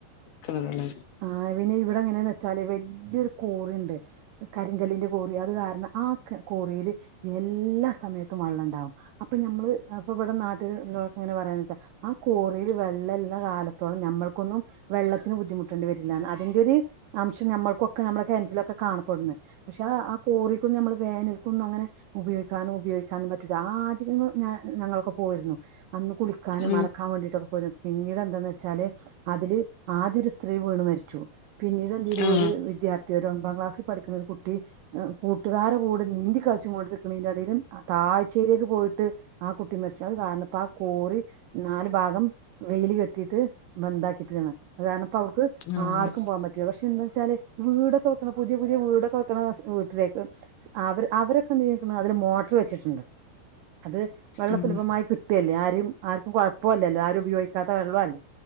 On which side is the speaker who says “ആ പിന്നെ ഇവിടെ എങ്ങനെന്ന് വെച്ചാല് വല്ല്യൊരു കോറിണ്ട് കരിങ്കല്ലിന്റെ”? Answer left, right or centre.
Right